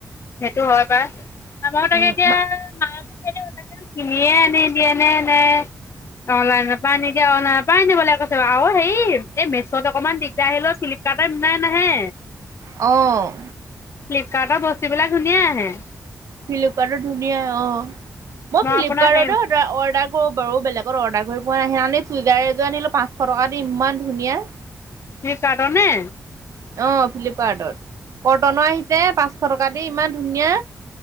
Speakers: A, on the left (about 55°); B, on the right (about 75°).
A: সেইটো হয় পাই আমাৰোঁ তাকে
B: উম
A: এতিয়া মায়ে মোক সেই কিনিয়ে আনি দিয়ে নে অনলাইনপা আনি দিয়ে ক অনলাইনপা আনি দিবলে কৈছে বাৱ অ হেই মেচত অকমান দিগদাৰ আহিলোঁ ফিলিপ কাতে মিলাই নাহে
B: অঁ
A: ফ্লিপকাৰ্টৰ বস্তু বিলাক ধুনীয়া আহে
B: ফ্লিপকাৰ্টত ধুনীয়া অ, মই ফ্লিপকাৰ্টতে
A: আপোনাক সেই
B: অৰ্ডাৰ কৰো বাৰু বেলেগত অৰ্ডাৰ কৰি পোৱা নাই হেনাখনি চুইজাৰ এযোৰ আনিলো পাঁচশ টকা দি ইমান ধুনীয়া
A: ফ্লিপকাৰ্ডৰ নে?
B: অ ফ্লিপকাৰ্টত কৰ্তন অ আহিছে পাঁচশ টকা দি ইমান ধুনীয়া